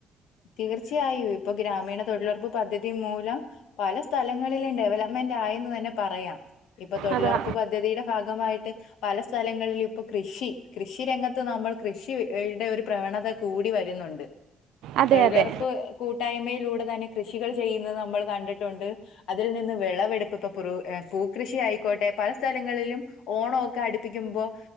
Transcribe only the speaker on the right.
അതാ
അതെ
അതെ